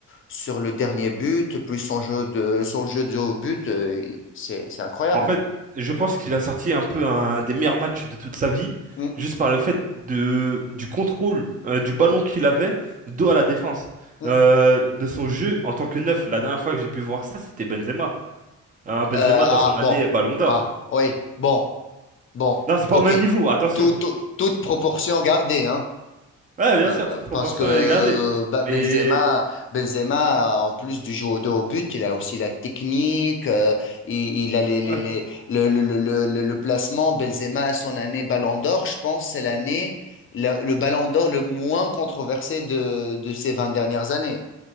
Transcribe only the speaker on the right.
en fait, je pense qu'il a sorti un peu un des meilleurs matchs de toute sa vie,
juste par le fait de, du contrôle euh, du ballon qu'il avait, dos à la défense,
Euh,
de son jeu en tant que neuf. La dernière fois que j'ai pu voir ça, c'était Benzema. Hein, Benzema
dans son
année Ballon d'Or.
Non, c'est pas
au même niveau, attention.
Ouais, bien
sûr,
toute proportion
à garder.
Mais
ouais.
euh,